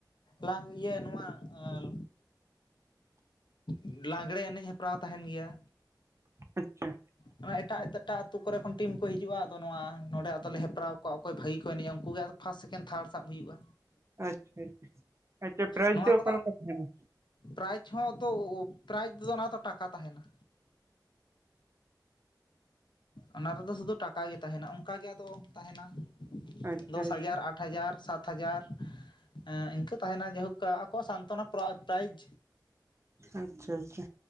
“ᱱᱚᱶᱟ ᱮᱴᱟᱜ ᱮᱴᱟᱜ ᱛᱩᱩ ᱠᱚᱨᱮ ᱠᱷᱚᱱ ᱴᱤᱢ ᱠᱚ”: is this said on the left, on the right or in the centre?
Left